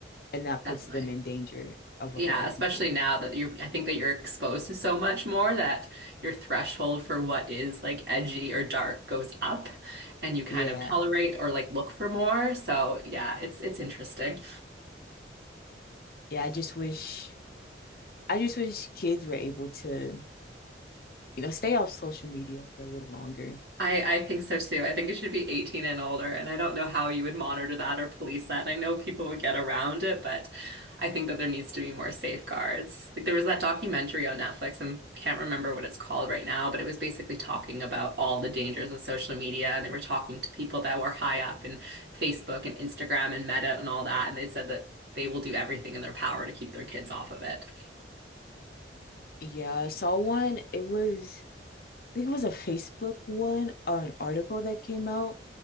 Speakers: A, on the left; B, on the right.
A: and that
B: Definitely.
A: puts them in danger of a
B: Yeah,
A: lot of
B: especially
A: people.
B: now that you're, I think that you're exposed to so much more that your threshold for what is like edgy or dark goes up and you kind
A: Yeah.
B: of tolerate or like look for more. So yeah, it's it's interesting.
A: Yeah, I just wish I just wish kids were able to, you know, stay off social media for a little longer.
B: I, I think so too. I think it should be 18 and older. And I don't know how you would monitor that or police that. And I know people would get around it, but I think that there needs to be more safeguards. Like there was that documentary on Netflix, and can't remember what it's called right now, but it was basically talking about all the dangers of social media. And they were talking to people that were high up in Facebook and Instagram and Meta and all that. And they said that they will do everything in their power to keep their kids off of it.
A: Yeah, I saw one. It was I think it was a Facebook one or an article that came out